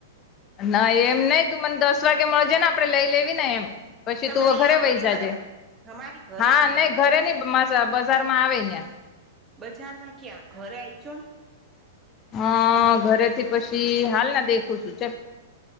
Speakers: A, on the left; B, on the right.
A: ના એમ નહી, તું મને દસ વાગે મળજેને, આપડે લઈ લેવી ને એમ. પછી
B: તમે
A: તુંઓ
B: અહીંયા
A: ઘરે
B: આવ્યો
A: વહી જા જે,
B: અમારી ઘરે
A: હા
B: આવ્યો
A: નઈ ઘરે નહી માઝા બજાર માં આવ અહીંયા.
B: બજાર માં ક્યાં, ઘરે આઈજો ને.
A: હા, ઘરેથી પછી હાલને દેખું છું ચ.